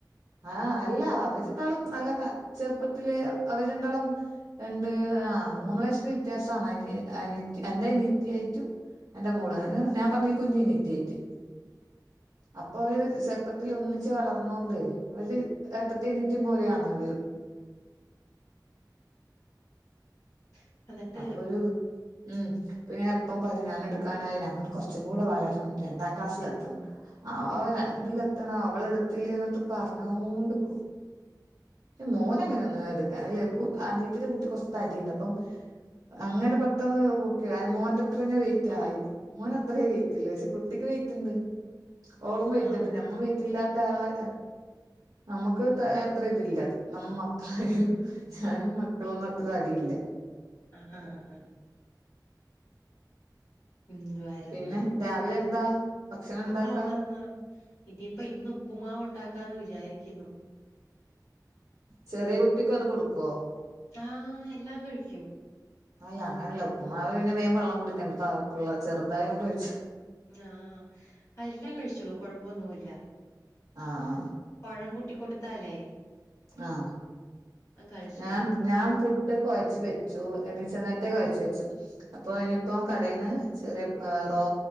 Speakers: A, on the right; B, on the left.
A: ആഹ് അല്ല അവര്ണ്ടാളും നല്ല ക്ക ചെറുപ്പത്തിലെ അവർ രണ്ടാളും. രണ്ട് ആ മൂന്നു വയസ്സിന് വ്യത്യാസാണ്. അനി അനി അന്റ അനിയത്തിയായി റ്റും. അന്റ മോള് അന് ഞാൻ പറ്ഞ്ഞു. ഈ കുഞ്ഞ് അനിയത്ത്യായിട്ട്. അപ്പൊ അവര് ചെറുപ്പത്തിൽ ഒന്നിച്ച് വളർന്നോണ്ട്. ഒര് ഏട്ടത്തി അനിയത്തിം പോലെയാന്ന <unintelligible> അവര്
B: അതെ എന്നിട്ട്
A: അപ്പൊരു ഉം ഇപ്പൊ ഇങ്ങനെ എപ്പം പറിം. ഞാന് ഇടുക്കാനായി അവൻ കൊറ്ച്ചും കൂടെ വളരണം രണ്ടാം ക്ലാസ്സിൽ എത്തണം. ആ രണ്ടില എത്തണം അവള് എടുത്തണം. അവള് ഇട്ത്തില്ലെ. ഇന്നത്ത്. പറ്ഞ്ഞോണ്ട്ക്കും. മോന അങ്ങനെ ഒന്ന് എടുക്കാ <unintelligible> ഇല്ലെ അനിയത്തിടെ കുട്ടി കൊർ തടിണ്ട് അപ്പം. അങ്ങനെ പെട്ടെന്ന് പൊക്ക <unintelligible> മോന്റെ അത്രന്നെ വെയിറ്റ് ആയി. മോൻ അത്രേ വെയിറ്റില്ല. പക്ഷെ കുട്ടിക്ക് വെയിറ്റ് ഇണ്ട്. ഓളും വെയിറ്റുണ്ട്
B: ആഹ്
A: ഞമ്മ വെ റ്റ് ഇല്ലാത്ത ആളാ നമുക്ക് അത്ര ഇതില്ല നമ്മ മക്കളായാലും. ചാനും മക്കളൊന്നും അത്ര തടിയില്ല.
B: ആഹ് ആഹ് ആഹ് എന്ത്വാരുന്ന
A: പിന്നെ രാവിലെ എന്താ ഭക്ഷണം
B: മക്കള്
A: ഉണ്ടാക്കാ
B: ഒണന്നൊ. <unintelligible> ഇതീപ്പ ഇന്ന് ഉപ്പുമാവ് ഉണ്ടാക്കാന്ന് വിചാരിക്കുന്നു.
A: ചെറ്യേ യ കുട്ടിക്കും അത് കൊടുക്കോ.
B: ആ എല്ലാം കഴിക്കും
A: അല്ല അങ്ങനല്ല ഉപ്പ്മാവ് പിന്നെ വേം വള്ളം കുടിക്കെണ്ടെ. പിള്ള ചെറുതായോണ്ട് ചോയ്ച്ച.
B: ആഹ് അ എല്ലാം കഴിച്ചോളും കൊഴപ്പൊന്നുല്ല
A: ആഹ്
B: പഴം കൂട്ടികൊടുത്താലേ.
A: ആഹ്
B: കഴിച്ചോളും.
A: ഞാൻ ഞാൻ പുട്ട് കൊഴച്ച് വെച്ചു. എണീച്ചനേരത്തെ കൊഴച്ച് വെച്ചു. അപ്പോ ഇനിയിപ്പോ കടേന്ന് ചെറിയ റോ